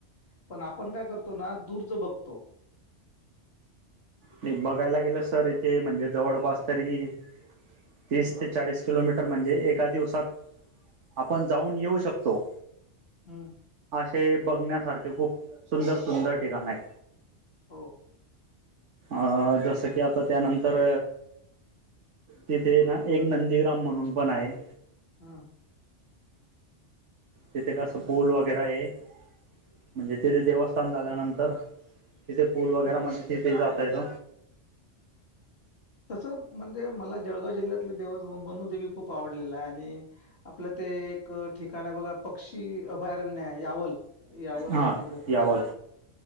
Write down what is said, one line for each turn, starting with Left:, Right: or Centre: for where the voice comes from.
Left: पण आपण काय करतो ना दूरच बघतो.
Right: नाही बघायला गेलं सर इथे म्हणजे जवळपास तरी तीस ते चाळीस किलोमीटर म्हणजे एका दिवसात आपण जाऊन येऊ शकतो.
Left: हम्म.
Right: हे बघण्यासारखे खूप सुंदर सुंदर ठिकाण आहे.
Left: हो.
Right: अं जसं की आता त्यानंतर तिथे ना एक नंदीग्राम म्हणून पण आहे.
Left: हम.
Right: तिथे कसं पूल वगैरे आहे म्हणजे तिथे देवस्थान झाल्यानंतर तिथे पूल वगैरे मध्ये तिथे जात येत.
Left: तसं म्हणजे मला जळगाव जिल्ह्यात तिथे दिवस मनुदेवी खूप आवडलेला आहे आणि आपलं ते एक ठिकाण बघा पक्षी अभयारण्य यावल यावल
Right: हा
Left: ला तिकडे
Right: यावल